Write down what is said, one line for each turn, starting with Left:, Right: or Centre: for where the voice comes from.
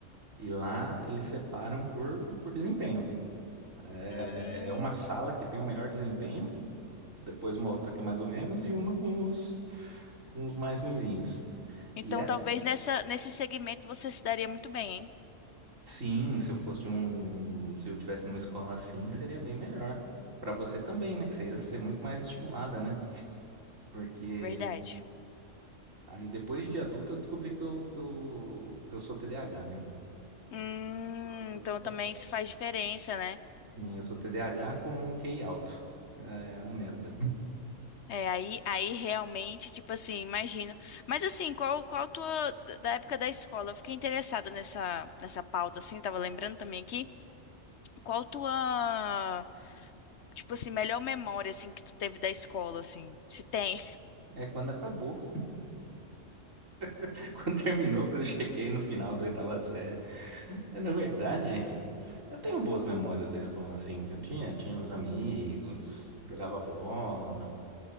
Right: E lá eles separam por, por desempenho. É
Left: Hum.
Right: é uma sala que tem o melhor desempenho, depois uma outra que é mais ou menos, e uma com os, com os mais ruinzinhos.
Left: Então,
Right: E essa,
Left: talvez nessa, nesse segmento você se daria muito bem, hein?
Right: sim, se eu fosse de um, se eu tivesse numa escola assim, seria bem melhor. Pra você também, né? Que você ia ser muito mais estimulada, né? Porque
Left: Verdade.
Right: aí depois de adulto eu descobri que eu, que eu, que eu sou TDAH, né?
Left: Hum,
Right: Só- eu
Left: então
Right: só-
Left: também isso faz diferença, né?
Right: sim, eu sou TDAH com QI alto. É é uma merda.
Left: É, aí, aí realmente, tipo assim, imagino. Mas assim, qual, qual a tua, da época da escola? Eu fiquei interessada nessa, nessa pauta, assim, tava lembrando também aqui. Qual a tua, tipo assim, melhor memória, assim, que tu teve da escola, assim, se tem? <laughs>
Right: É quando acabou. <laughs> Quando terminou, quando eu cheguei no final da oitava série. É, Na verdade, eu tenho boas memórias da escola, assim. Eu tinha, tinha meus amigos, jogava bola,